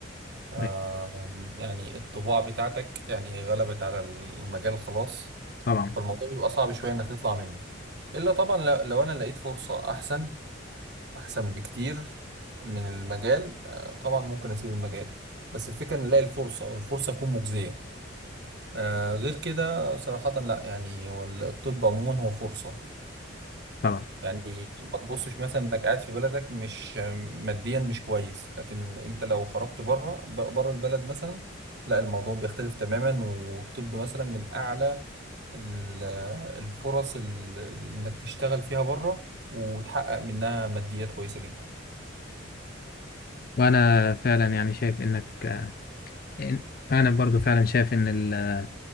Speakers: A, on the right; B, on the left.
A: آم،
B: أيوة.
A: يعني الطباع بتاعتك يعني غلبت على المجال خلاص
B: طبعا
A: فالموضوع بيبقى صعب شوية إنك تطلع منه إلا طبعا لو لو أنا لقيت فرصة أحسن أحسن بكتير من المجال آه، طبعا ممكن أسيب المجال بس الفكرة إن ألاقي الفرصة والفرصة تكون مجزية آه غير كده صراحة لا يعني هو الطب عموما هو فرصة
B: طبعا
A: يعني ما تبصش مثلا انك قاعد في بلدك مش ماديا مش كويس لكن انت لو خرجت بره بره البلد مثلا لا الموضوع بيختلف تماما والطب مثلا من اعلى ال- الفرص ال- انك تشتغل فيها بره وتحقق منها ماديات كويسة جدا
B: وأنا فعلا يعني شايف إنك آه، إن- أنا برضو فعلا شايف إن ال-